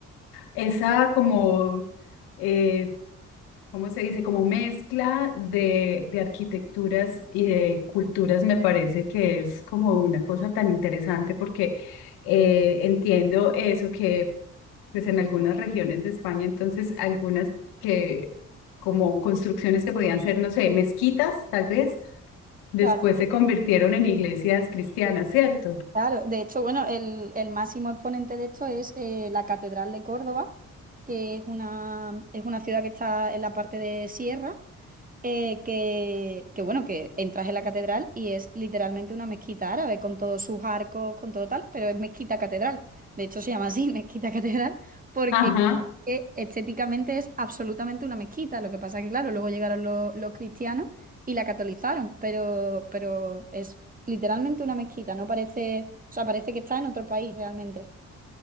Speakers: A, on the left; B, on the right.
A: esa como, eh, ¿cómo se dice? Como mezcla de, de arquitecturas y de culturas me parece que es como una cosa tan interesante porque eh, entiendo eso que pues en algunas regiones de España, entonces algunas que como construcciones que podían ser, no sé, mezquitas tal vez, después
B: Claro,
A: se convirtieron en iglesias cristianas, ¿cierto?
B: claro. De hecho, bueno, el, el máximo exponente de esto es eh, la Catedral de Córdoba, que es una, es una ciudad que está en la parte de sierra eh, que, que bueno, que entras en la catedral y es literalmente una mezquita árabe con todos sus arcos, con todo tal, pero es mezquita catedral. De hecho, se llama así, <laughs> mezquita catedral, porque
A: Ajá.
B: eh, estéticamente es absolutamente una mezquita. Lo que pasa que, claro, luego llegaron los, los cristianos y la catolizaron, pero, pero es literalmente una mezquita, no parece, o sea, parece que está en otro país realmente.